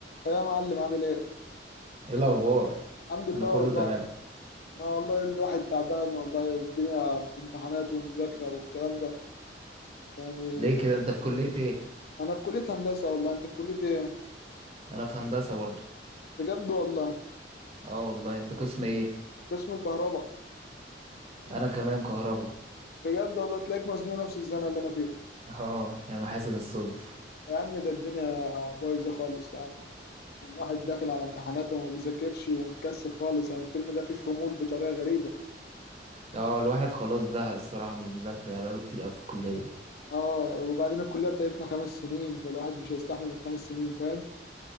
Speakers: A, on the left; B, on the right.
A: ايه يا معلم عامل ايه؟
B: ايه الاخبار
A: الحمد لله
B: انا كله
A: والله
B: تمام
A: انا والله الواحد تعبان والله الدنيا في امتحانات ومذاكرة والكلام ده يعني
B: ليه كده انت في كلية ايه
A: انا في كلية هندسة والله انت في كلية ايه؟
B: انا في هندسة برضو
A: بجد والله
B: اه والله انت قسم ايه
A: قسم كهرباء
B: انا كمان كهربا
A: بجد والله تلاقيك مزنوق نفس الزنقة اللي انا فيها
B: اه يا محاسن الصدف
A: يا عم ده الدنيا بايظة خالص يا عم والواحد داخل على امتحاناته وما بيذاكرش ومكسل خالص يعني الترم ده فيه خمول بطريقة غريبة
B: اه الواحد خلاص زهق الصراحة من المذاكرة يعني بقاله كتير قوي في الكلية
A: اه وبعدين الكلية بتاعتنا خمس سنين فالواحد مش هيستحمل الخمس سنين فاهم؟